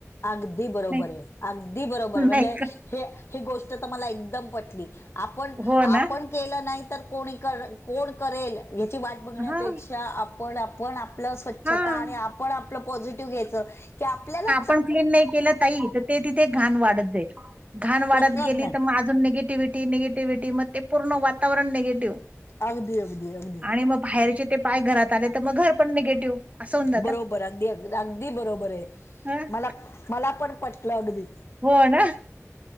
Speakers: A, on the left; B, on the right.
A: अगदी बरोबर
B: नाही
A: हे अगदी बरोबर हे म्हणजे
B: नाही का
A: हे ही गोष्ट तर मला एकदम पटली आपण
B: हो
A: आपण
B: ना
A: केलं नाही तर कोणी करत कोण करेल याची वाट बघण्यापेक्षा
B: हा
A: आप पण आपण आपल्या स्वच्छता
B: हा
A: आणि आपण आपलं पॉझिटिव्ह घ्यायच की आपल्याला
B: पण क्लिन नाही केल ताई तर ते तिथे घाण वाढत जाईल घाण
A: प्रश्नच
B: वाढत गेली
A: नाही
B: तर म निगेटिव्हिटी निगेटिव्हटी म ते पूर्ण वातावरण निगेटिव्ह
A: अगदी अगदी अगदी
B: आणि मग बाहेरचे ते पाय घरात आले तर मग घर पण निगेटिव्ह असं होऊन जातं
A: बरोबर अगदी अदी अगदी बरोबर आहे
B: हं
A: मला मला पण पटलं अगदी
B: हो ना